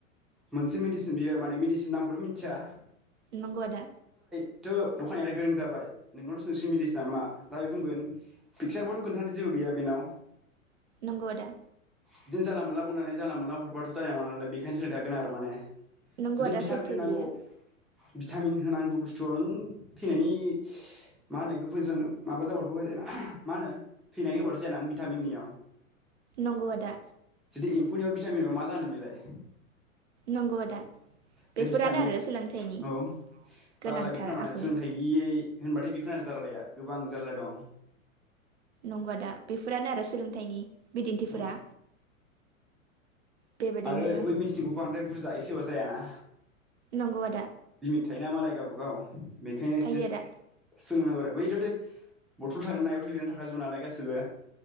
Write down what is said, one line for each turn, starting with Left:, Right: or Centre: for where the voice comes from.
Centre: मोनसे मेडिसिन बियो माने मेडिसिननि नामखौथ' मिथिया।
Right: नंगौ आदा।
Centre: दाथ दखानानियाबो गोरों जाबाय नोंनावसो सोंनिसै मिदिसिना मा बेनिफ्राय बुंगोन पिकसारबोथ' खोन्थानो जेबो गैया बेनाव।
Right: नंगौ‌ आदा।
Centre: बिदिनो जानला मोनला बुंनानै जानला मोनला हरबाथ' जानाय नङा नालाय बेनिखायसो खोनथादों। बेखौनो आरो माने।
Right: नंगौ
Centre: जुदि
Right: आदा
Centre: भिटामिन
Right: सैथो
Centre: होनांगौ
Right: बेयो।
Centre: भिटामिन होनांगौ बुस्थुआव नों, थैनायनि मा होनो फैजन माबा जाबाथ' हो मा होनो थैनायनि होबाथ' जाया ना भिटामिननियाव।
Right: नंगौ आदा।
Centre: जुदि एम्फौनियाव भिटामिन ब मा जानो बेलाय?
Right: नंगौ आदा। बेफोरानो
Centre: बे भिटामिन
Right: आरो सोलोंथाइनि
Centre: औ
Right: गोनांथार
Centre: जारला बेखौनो माने
Right: आखु
Centre: सोलोंथाइ गैयै। होनबाथाय बेफोरनो जारलाया गोबां जारला दं।
Right: नंगा दा बेफोरानो आरो सोलोंथाइनि। बिदिन्थिफोरा।
Centre: औ
Right: बेबायदिनो
Centre: आरो बै मेडिसिनखौ बांद्राय बुरजा एसे। सिवसायना
Right: नंगौ आदा।
Centre: थायोना मालाय गावबा गाव। बेखायनो एसे
Right: थायो
Centre: से
Right: आदा
Centre: सोलोंनांगौ आरो बैथ'थे बथल थागोन ना एथल लिरना थाखाजोबो नालाय गासिबो